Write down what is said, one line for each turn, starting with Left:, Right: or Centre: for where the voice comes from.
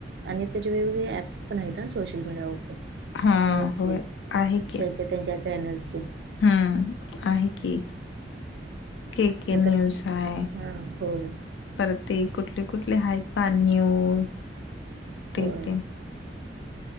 Right: आणि त्याचे वेगवेगळे ऍप्स पण आहेत ना सोशल मीडियावरर
Left: हा
Right: न्यूजचे
Left: होय आहे की
Right: त्यांच्या त्यांच्या चॅनल्चे
Left: हम्म आहे की के
Right: नाहीतर
Left: के न्यूज आहे
Right: हां हो
Left: परत ते कुठले कुठले आहेत पहा न्यूज ते
Right: हो
Left: ते